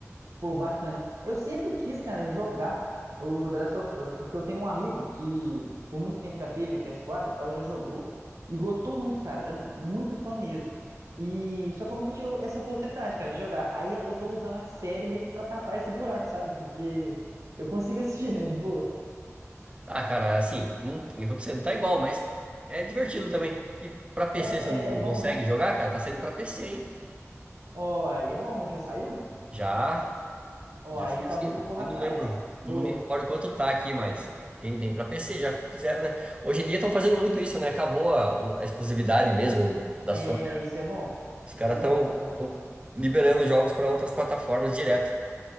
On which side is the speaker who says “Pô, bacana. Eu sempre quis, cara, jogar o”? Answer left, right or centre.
Right